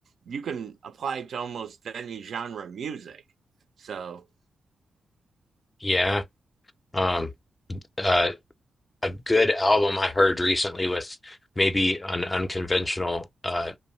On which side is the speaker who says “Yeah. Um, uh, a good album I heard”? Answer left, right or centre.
Left